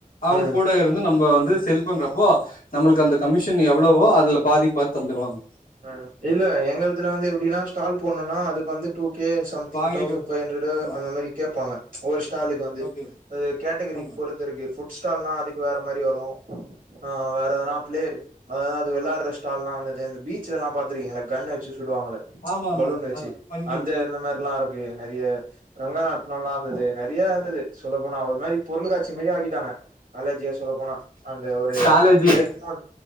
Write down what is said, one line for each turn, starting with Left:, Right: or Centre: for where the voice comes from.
Left: அவுங்க
Right: ம் ம்
Left: கூட வந்து நம்ம வந்து செல் பண்றப்போ நாமுளுக்கு அந்த கமிஷன் எவ்ளவோ அதுலா பாதிக்கி பாதி தந்துடுவாங்க
Right: அ இல்ல எங்களதுல வந்து எப்படின்னா ஸ்டால் போணுன்னா அதுக்கு வந்து டூ கே சம்திங்
Left: வாங்கிட்டு
Right: தவுசண்ட் ஃபைவ் ஹண்ட்ரட்
Left: ஆமா
Right: அந்த மாரி கேட்பாங்க ஒரு ஸ்டாலுக்கு வந்து
Left: ஓகே ஓகே
Right: அ கேட்டகரி
Left: ஆமா
Right: பொறுத் துருக்கு புட் ஸ்டால்னா அதுக்கு வேற மாரி வரு ஆ வேற எதனா பிளே அத அது வெளாட்ற ஸ்டால்லா வந்தது அந்த பீச் பிச்சாரலாம் பாந்திருக்கிகே சுலலா பாத்துருக்கீங்கள கன்ன வச்சு சுடுவாங்கலே
Left: ஆமா ஆமா
Right: பலூன் வெச்சு
Left: ஆமா ஃபன் கேம்
Right: அந்த இந்த மாரிலா இருக் இல்லைய நறைய ரங்கராட்டனோலா இருந்தது நறைய இருந்தது சொல்ல போனா ஒரு மாரி பொருள் காட்சி மேரி ஆகிட்டாங்க அலஜியா சொல்லா போனா அந்த ஒரு
Left: காலேஜு
Right: ரெண்டு மூணு